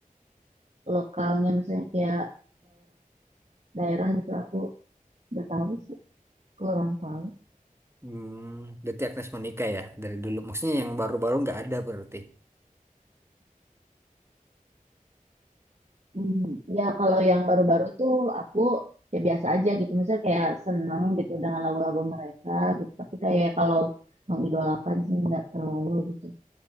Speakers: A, on the right; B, on the right.
A: lokalnya misalnya kayak daerah-daerah gitu aku udah tahu sih kurang tahu
B: Hmm, berarti Agnes Monica ya dari dulu. Maksudnya yang baru-baru nggak ada berarti.
A: Hmm, ya kalau yang baru-baru tuh aku ya biasa aja gitu. Misalnya kayak seneng gitu dengan lagu-lagu mereka gitu. Tapi kayak kalau mengidolakan sih nggak terlalu gitu.